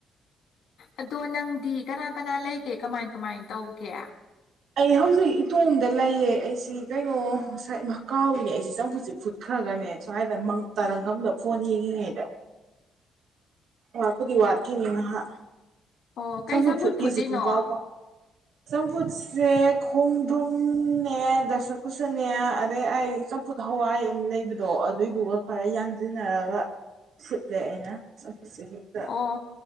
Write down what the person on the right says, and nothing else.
ꯑꯩ ꯍꯧꯖꯤꯛ ꯏꯇꯣꯝꯗ ꯂꯩꯌꯦ ꯑꯩꯁ ꯁꯤ ꯀꯩꯅꯣ ꯉꯁꯥꯏ ꯃ ꯀꯥꯎꯏꯅꯦ ꯑꯩꯁꯦ ꯆꯝꯐꯨꯠꯁꯦ ꯐꯨꯠꯈ꯭ꯔꯒꯅꯦ ꯁ꯭ꯋꯥꯏꯗ ꯃꯪ ꯇꯥꯔꯪ ꯑꯃꯗ ꯐꯣꯟꯌꯦ ꯌꯦꯡꯉꯤꯉꯩꯗ ꯋꯥꯠꯄꯨꯗꯤ
ꯋꯥꯠꯈꯤꯅꯤ ꯉꯍꯥꯛ
ꯆꯝꯐꯨꯠ ꯐꯨꯠꯂꯤꯁꯤ
ꯄꯨꯡꯀꯥꯎ ꯀꯥꯎ ꯆꯝꯐꯨꯠꯁꯦ ꯈꯣꯡꯗ꯭ꯔꯨꯝꯅꯦ ꯗꯥꯁꯥꯀꯨꯁꯅꯦ ꯑꯗꯩ ꯑꯩ ꯆꯝꯐꯨꯠ ꯍꯋꯥꯏ ꯑꯝ ꯂꯩꯕꯗꯣ ꯑꯗꯨꯏꯗꯨꯒ ꯈꯔ ꯌꯥꯟꯖꯤꯟꯅꯔꯒ ꯐꯨꯠꯂꯦ ꯑꯩꯅ ꯆꯐꯨꯠꯁꯦ ꯍꯦꯛꯇ